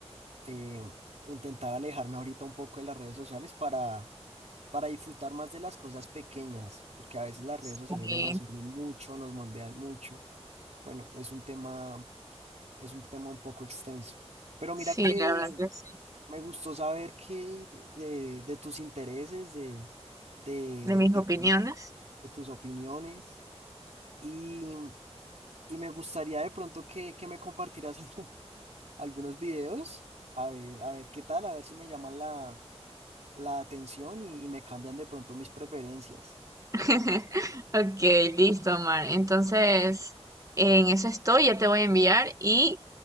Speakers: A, on the right (about 80°); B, on the right (about 30°).
A: eh, intentar alejarme ahorita un poco de las redes sociales para, para disfrutar más de las cosas pequeñas, porque a veces las redes
B: Sí,
A: sociales nos absorben mucho, nos moldean mucho. Bueno, es un tema, es un tema un poco extenso. Pero mira
B: sí,
A: que
B: la verdad que sí,
A: me gustó saber que de, de tus intereses, de, de,
B: de mis
A: de
B: opiniones.
A: cu- de tus opiniones, y, y me gustaría de pronto que, que me compartieras <laughs> algunos videos. A ver, a ver qué tal, a ver si me llaman la atención y, y me cambian de pronto mis preferencias.
B: <laughs> Ok, listo, Omar. Entonces, en eso estoy, ya te voy a enviar y